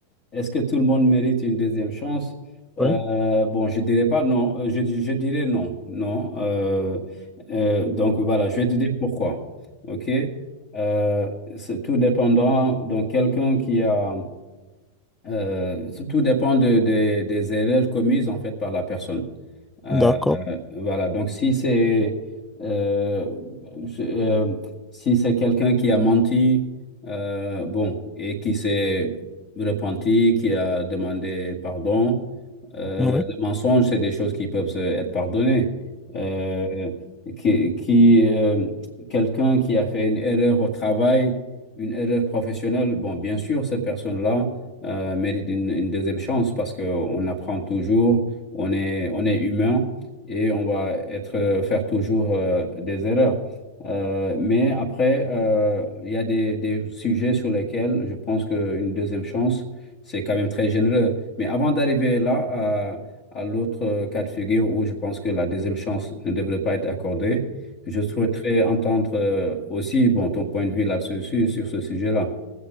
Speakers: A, on the left (about 35°); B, in the centre.
A: Est-ce que tout le monde mérite une deuxième chance? Euh,
B: Oui.
A: bon, je dirais pas non. Euh, Je, je dirais non, non. Euh, euh, donc voilà, je vais te dire pourquoi. OK? Euh, c'est tout dépendant. Donc quelqu'un qui a Euh, tout dépend de- de- des erreurs commises en fait par la personne. Euh,
B: D'accord.
A: euh, voilà, donc si c'est euh, je- euh, si c'est quelqu'un qui a menti, euh, bon, et qui s'est repenti, qui a demandé pardon, euh,
B: Oui.
A: le mensonge, c'est des choses qui peuvent se- être pardonnées. Euh, qui, qui, euh, quelqu'un qui a fait une erreur au travail, une erreur professionnelle, bon, bien sûr, cette personne-là euh, mérite une, une deuxième chance parce qu'on apprend toujours. On est, on est humain et on va être, euh, faire toujours euh, des erreurs. Euh, mais après, euh, il y a des, des sujets sur lesquels je pense qu'une deuxième chance, c'est quand même très généreux. Mais avant d'arriver là, à, à l'autre cas de figure où je pense que la deuxième chance ne devrait pas être accordée, je souhaiterais entendre euh, aussi bon, ton point de vue là-dessus, sur sur ce sujet-là.